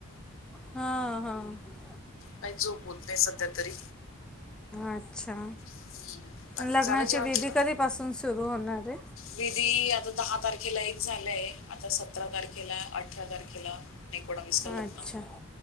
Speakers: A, in the centre; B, on the left.
A: हां हां
B: काही झोप होत नाही सध्या तरी.
A: अच्छा,
B: हम्म. बाकी
A: लग्नाची
B: झालं जेवण
A: विधी
B: तुझं
A: कधीपासून सुरू होणार आहे.
B: विधी, आता दहा तारखेला एक झालाय, आता सतरा तारखेला, अठरा तारखेला एकोणावीसला
A: अच्छा,
B: लग्न